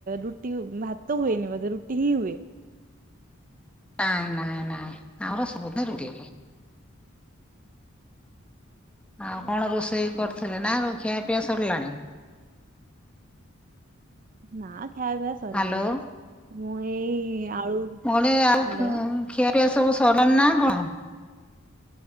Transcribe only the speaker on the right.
ରୁଟି ଭାତ ହୁଏନି ବୋଧେ ରୁଟି ହିଁ ହୁଏ।
ଆଉ
ନା ଖାଇବା ପିଇବା ସରିଲାଣି
ମୁଁ ଏଇ ଆଳୁ।
ହ୍ୟାଲୋ